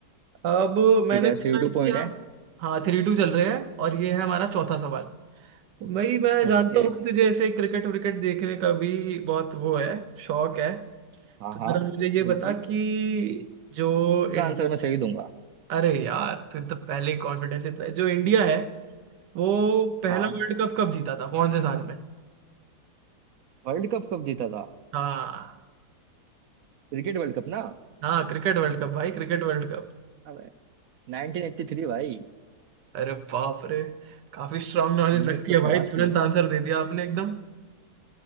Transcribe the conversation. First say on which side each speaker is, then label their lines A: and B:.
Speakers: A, on the right; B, on the right.
A: अब मैंने
B: ठीक है थ्री
A: सुना
B: टू
A: है कि
B: पॉइंट
A: आप
B: है
A: हाँ थ्री टू चल रहे हैं और ये है हमारा चौथा सवाल भाई मैं जानता
B: ओके
A: हूँ कि तुझे ऐसे क्रिकेट विकेट देखने का भी बहुत वो है शौक है
B: हाँ
A: तो
B: हाँ
A: जरा मुझे ये
B: बिल्कुल
A: बता कि जो
B: इसका
A: इंडिया
B: आंसर मैं सही दूंगा
A: अरे यार तुम तो पहले ही कॉन्फिडेंस इतना जो इंडिया है वो पहला
B: हाँ
A: वर्ल्ड कप कब जीता था कौन से साल में
B: वर्ल्ड कप कब जीता था
A: हाँ
B: क्रिकेट वर्ल्ड कप ना
A: हाँ क्रिकेट वर्ल्ड कप भाई क्रिकेट वर्ल्ड कप
B: अबे 1983 भाई
A: अरे बाप रे काफी स्ट्रांग नॉलेज
B: 1983
A: लगती है भाई तुरंत आंसर दे दिया आपने एकदम